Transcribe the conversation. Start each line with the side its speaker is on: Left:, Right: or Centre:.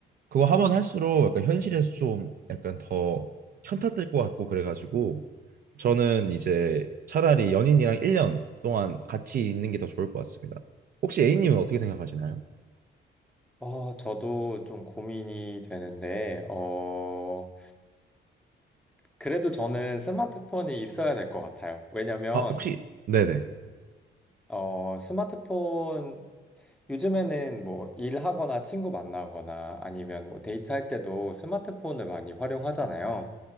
Right: 그거 하면 할수록 약간 현실에서 좀 약간 더 현타 뜰 것 같고 그래가지고 저는 이제 차라리 연인이랑 1년 동안 같이 있는 게 더 좋을 것 같습니다. 혹시 A님은 어떻게 생각하시나요?
Centre: 어, 저도 좀 고민이 되는데, 어, 그래도 저는 스마트폰이 있어야 될 것 같아요. 왜냐면,
Right: 아, 혹시 네네.
Centre: 어, 스마트폰, 요즘에는 뭐 일하거나 친구 만나거나 아니면 뭐 데이트할 때도 스마트폰을 많이 활용하잖아요.